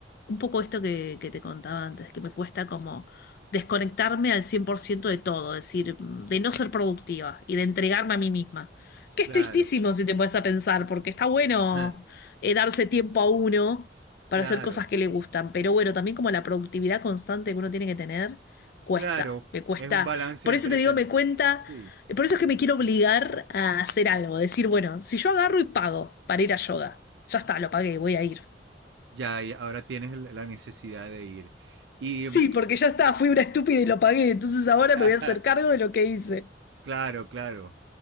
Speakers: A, on the left; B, on the right.
A: un poco esto que, que te contaba antes, que me cuesta como desconectarme al 100% de todo, es decir, mm, de no ser productiva y de entregarme a mí misma. Que
B: Claro.
A: es tristísimo si te pones a pensar, porque está bueno
B: <laughs>
A: eh, darse tiempo a uno para
B: Claro.
A: hacer cosas que le gustan, pero bueno, también como la productividad constante que uno tiene que tener, cuesta,
B: Claro.
A: me cuesta.
B: Es un balance
A: Por
B: entre...
A: eso te digo,
B: ten-
A: me cuenta...
B: Sí.
A: Por eso es que me quiero obligar a hacer algo, decir, bueno, si yo agarro y pago para ir a yoga, ya está, lo pagué, voy a ir.
B: Ya, y ahora tienes el- la necesidad de ir. Y
A: Sí,
B: mm,
A: porque
B: si-
A: ya está, fui una estúpida y lo pagué, entonces ahora
B: <laughs>
A: me voy a hacer cargo de lo que hice.
B: claro, claro.